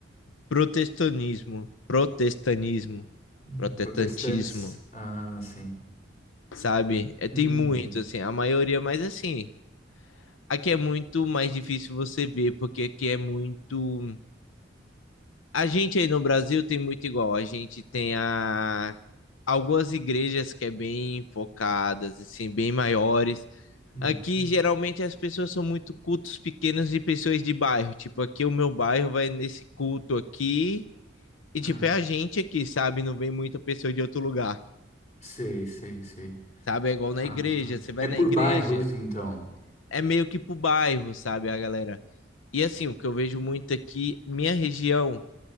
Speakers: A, on the left; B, on the left.
A: protestantismo, protestanismo,
B: Hum,
A: protestantismo,
B: Protestantes. Ah, sim.
A: sabe? É, tem
B: Uhum,
A: muito, assim, a maioria, mas assim, Aqui é muito mais difícil você ver, porque aqui é muito. A gente aí no Brasil tem muito igual. A gente tem a... algumas igrejas que é bem focadas, assim, bem maiores.
B: uhum.
A: Aqui geralmente as pessoas são muito cultos pequenos e pessoas de bairro. Tipo, aqui o meu bairro vai nesse culto aqui. E tipo,
B: Ah,
A: é a gente aqui, sabe? Não vem muita pessoa de outro lugar.
B: sei, sei, sei.
A: Sabe? É igual
B: Ah,
A: na igreja. Você vai
B: é por
A: na igreja,
B: bairros, então.
A: é meio que pro bairro, sabe, a galera? E assim, o que eu vejo muito aqui, minha região,